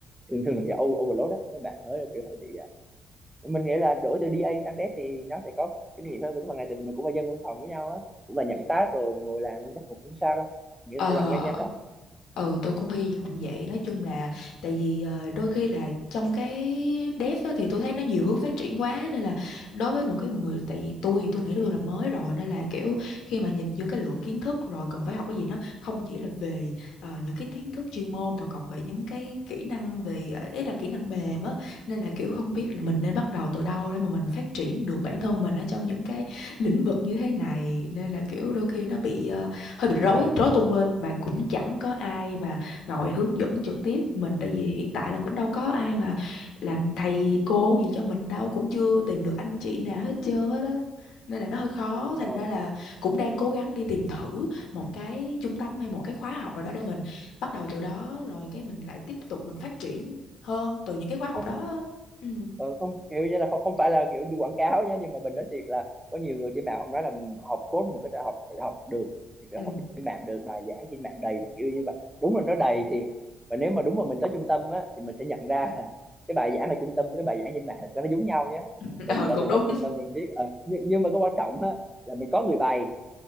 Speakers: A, in the centre; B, on the left.
A: thường thường là bị over- overload đó mấy bạn ơi kiểu hay bị ờ, mình nghĩ là đổi từ DA sang Dev thì nó sẽ có kinh nghiệm hơn với các bạn này tại vì mình cũng là dân văn phòng với nhau á cũng là nhận task rồi ngồi làm nên chắc cũng không sao đâu nghĩa là
B: Ờ,
A: sẽ làm quen nhanh đó
B: ừ tôi cũng hy vọng vậy nói chung là tại vì ờ, đôi khi là trong cái dev á, thì tôi thấy nó nhiều hướng phát triển quá nên là đối với một cái người tại vì tôi thì tôi nghĩ tôi là mới rồi nên là kiểu khi mà nhìn vô cái lượng kiến thức rồi cần phải học cái gì nó không chỉ là về ờ, những cái kiến thức chuyên môn mà còn về những cái kỹ năng về ờ, ý là kỹ năng mềm á nên là kiểu không biết
A: ừ.
B: là mình nên bắt đầu từ đâu để mà mình phát triển được bản thân mình ở trong những cái lĩnh vực như thế này nên là kiểu đôi khi nó bị ờ, hơi bị rối rối tung lên mà cũng chẳng có ai mà ngồi hướng dẫn trực tiếp mình tại vì hiện tại là cũng đâu có ai mà làm thầy cô gì cho mình đâu cũng chưa tìm được anh chị nào hết trơn hết á nên là nó hơi khó
A: đúng
B: thành
A: rồi.
B: ra là cũng đang cố gắng đi tìm thử một cái trung tâm hay một cái khóa học nào đó để mình bắt đầu từ đó rồi cái mình lại tiếp tục mình phát triển hơn từ những cái khóa học
A: Không
B: đó ừ
A: Ờ, không kiểu như là không không phải là kiểu đi quảng cáo nhé nhưng mà mình nói thiệt là có nhiều người trên mạng họ nói là học code mình có thể học tự học được thì tự
B: ừ
A: học trên mạng được bài giảng trên mạng đầy kiểu như vậy đúng là nó đầy thiệt và nếu mà đúng mà mình tới trung tâm á thì mình sẽ nhận ra là cái bài giảng ở trung tâm với cái bài giảng trên mạng nó giống nhau nhé
B: <laughs>
A: mình
B: ờ
A: đã
B: cũng
A: từng
B: đúng
A: học trung tâm rồi biết Ờ, nhưng, nhưng mà cái quan trọng á là mình có người bày